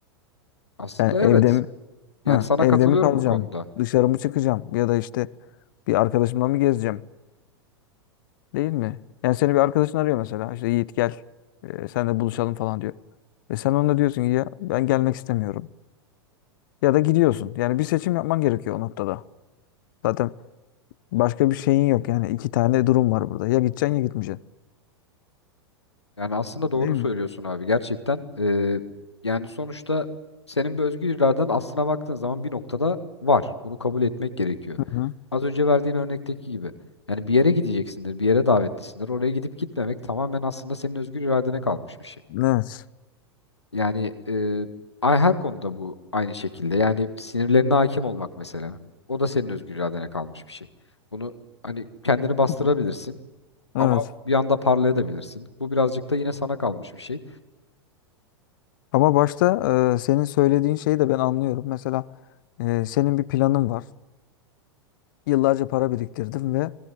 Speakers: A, on the left (about 80°); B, on the left (about 50°).
A: Aslında
B: Yani evde
A: evet.
B: mi, ha,
A: Yani sana
B: evde
A: katılıyorum
B: mi kalacağım,
A: bu konuda.
B: dışarı mı çıkacağım ya da işte bir arkadaşımla mı gezeceğim? Değil mi? Yani seni bir arkadaşın arıyor mesela. İşte Yiğit gel. E, Sen de buluşalım falan diyor. Ve sen ona diyorsun ki ya ben gelmek istemiyorum. Ya da gidiyorsun. Yani bir seçim yapman gerekiyor o noktada. Zaten başka bir şeyin yok. Yani iki tane durum var burada. Ya gideceksin ya gitmeyeceksin.
A: Yani aslında doğru
B: Değil mi?
A: söylüyorsun abi gerçekten. e, yani sonuçta senin bir özgür iraden aslına baktığın zaman bir noktada var. Bunu kabul etmek gerekiyor.
B: Hı hı.
A: Az önce verdiğin örnekteki gibi. Yani bir yere gideceksindir, bir yere davetlisindir. Oraya gidip gitmemek tamamen aslında senin özgür iradene kalmış bir şey.
B: Evet.
A: Yani e, ay- her konuda bu aynı şekilde. Yani sinirlerine hakim olmak mesela. O da senin özgür iradene kalmış bir şey. Bunu hani kendini bastırabilirsin
B: Hı hı. Evet.
A: ama bir anda parlayabilirsin. Bu birazcık da yine sana kalmış bir şey.
B: Ama başta e, senin söylediğin şeyi de ben anlıyorum. Mesela e, senin bir planın var. Yıllarca para biriktirdin ve